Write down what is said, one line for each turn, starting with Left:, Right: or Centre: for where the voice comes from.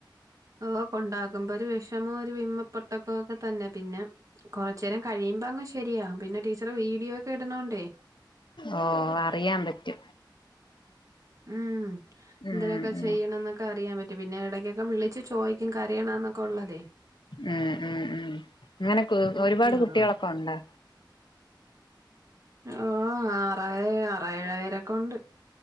Right: ഓ കൊണ്ടകുമ്പോ ഒരു വിഷമോ ഒരു വിമ പൊട്ടക്കോ ഒക്കെ തന്നെ പിന്നെ കൊറ ചെരം കഴിയുമ്പോ അങ്ങ് ശരിയാവും പിന്നെ ടീച്ചറ് വീഡിയോ ഒക്കെ ഇടുണോണ്ടേ
Left: ഓ അറിയാൻ പറ്റും
Right: ഉം എന്തെലൊക്കെ
Left: ഉം ഉം
Right: ചെയ്യണം എന്നൊക്കെ അറിയാൻ പറ്റും പിന്നെ ഇടക്കൊക്കെ വിളിച്ചു ചോദിക്കും കരയ്ണൊ എന്നൊക്കെ ഉള്ളതേ <unintelligible>
Left: ഉം ഉം ഉം അങ്ങനെ
Right: ഉം
Left: ഒരുപാട്
Right: അതുകൊണ്ട്
Left: കുട്ടികളൊക്കെ ഉണ്ടോ
Right: ഓ ആറ് ആറ് ഏഴ് പേരൊക്കെ ഉണ്ട്